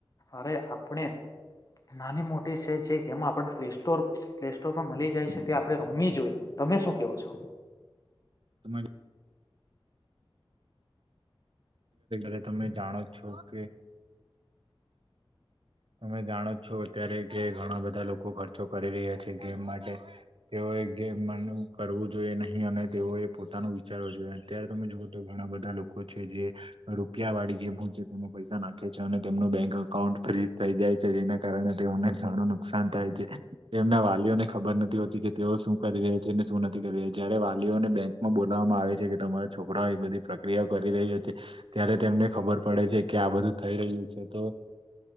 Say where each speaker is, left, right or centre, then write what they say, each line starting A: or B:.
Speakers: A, on the left; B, on the right.
A: અરે આપણે નાની મોટી છે જે ગેમ આપણને પ્લેસ્ટોર પ્લે સ્ટોર પર મળી જાય છે તે આપણે રમવી જોઈએ. તમે શું કેવો છો?
B: તમારી લે તમે જાણો છો કે તમે જાણો છો અત્યારે કે ઘણા બધા લોકો ખર્ચો કરી રહ્યા છે ગેમ માટે તેઓ એક મ કરવું જોઈએ નહીં અને તેઓ એ તા ન વિચારવો જોઈએ અત્યારે તમે જુઓ તો ઘણા બધા લોકો છે જે રૂપિયા વાળી ગમું છે તેને પૈસા નાખે છે અને તેમનું બેંક અકાઉન્ટ ફ્રી થઇ જાય છે જેના કારણે ને ઘણું નુકસાન થાય છે તેમના વાલીઓને ખબર નથી હોતી કે તેઓ શું કરી રહ છે નથી કરી જયારે વાલીઓને બેંકમાં બોલાવામાં આવે છે કે તમારા છોકરાઓ એ બધી પ્રક્રિયા કરી રહહી છે ત્યારે તેમને ખબર પડે છે કે આ બધું થઈ રહ્યું છે તો